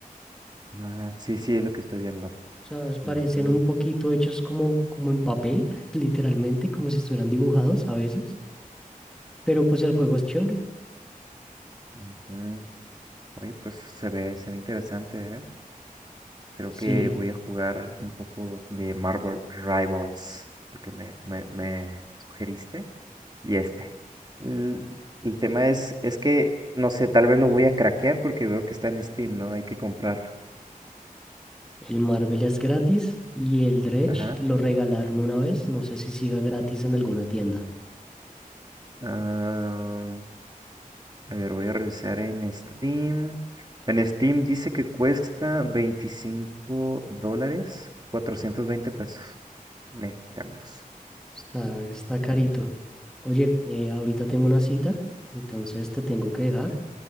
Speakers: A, on the right; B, in the centre.
A: Ah, sí, sí, es lo que estoy viendo.
B: o sea, es- parecen
A: Ujú,
B: un poquito hechos como, como en papel, <laughs> literalmente, como si estuvieran dibujados a veces, pero pues el juego es chévere.
A: ujú. Oye, pues se ve, se ve interesante, ¿eh? Creo
B: Sí,
A: que voy a jugar un poco de Marvel Rivals, el que me, me, me sugeriste, y este. El, el tema es, es que, no sé, tal vez lo voy a craquear porque veo que está en Steam, ¿no? Hay que comprarlo.
B: el Marvel es gratis y el Dredge
A: Ajá.
B: lo regalaron una vez, no sé si siga gratis en alguna tienda.
A: Ah, A ver, voy a revisar en Steam. En Steam dice que cuesta 25 dólares, 420 pesos mexicanos.
B: Está, está carito. Oye, eh, ahorita tengo una cita, entonces te tengo que dejar.